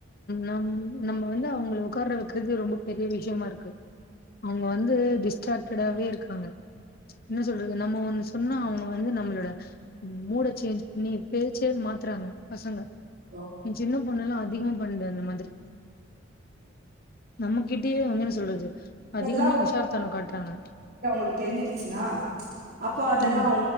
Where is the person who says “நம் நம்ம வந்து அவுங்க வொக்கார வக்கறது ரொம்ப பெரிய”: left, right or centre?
Left